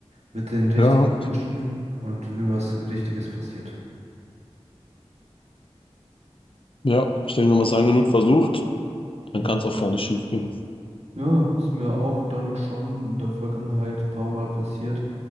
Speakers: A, on the right; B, on the left.
A: mit den richtigen
B: Ja,
A: Menschen und irgendwas Richtiges passiert.
B: ja, ich denke, wenn man es
A: Schon.
B: lang genug versucht, dann
A: Mhm.
B: kann es auch gar nicht schief gehen.
A: Ja, ist mir auch dann schon in der Vergangenheit ein paar Mal passiert,